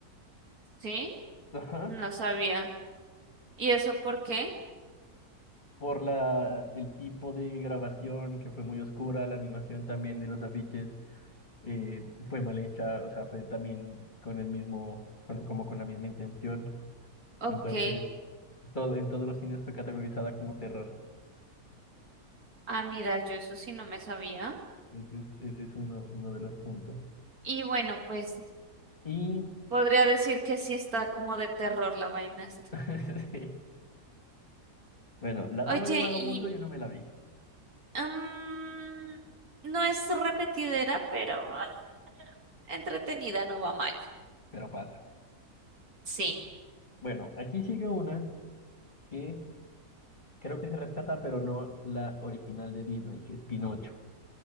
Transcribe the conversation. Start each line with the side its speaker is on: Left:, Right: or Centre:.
Right: Sí,
Left: Ajá.
Right: no sabía. ¿Y eso por qué?
Left: por la, el tipo de grabación que fue muy oscura, la animación también de los afiches eh, fue mal hecha, o sea, fue también con el mismo, con- como con la misma intención.
Right: Ok.
Left: Entonces, todo, en todos los cines fue categorizada como terror.
Right: Ah, mira, yo eso sí no me sabía.
Left: Ese es, ese es uno, uno de los puntos.
Right: Y bueno, pues
Left: Y,
Right: podría decir que sí está como de terror la vaina esta.
Left: <laughs> sí. Bueno, La
Right: Oye,
Left: Dama y el Vagabundo
Right: y
Left: yo no me la vi,
Right: Mm, no es repetidera, pero ah, entretenida no va mal.
Left: pero pasa.
Right: Sí,
Left: Bueno, aquí sigue una que creo que se rescata, pero no la original de Disney, que es Pinocho.